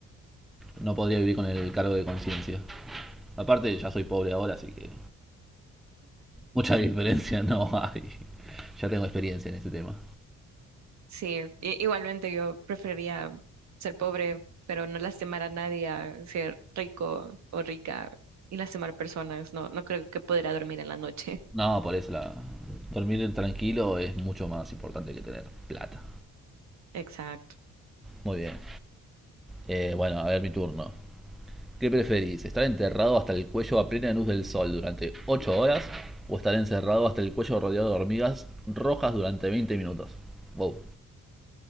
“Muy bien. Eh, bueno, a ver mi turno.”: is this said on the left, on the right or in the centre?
Centre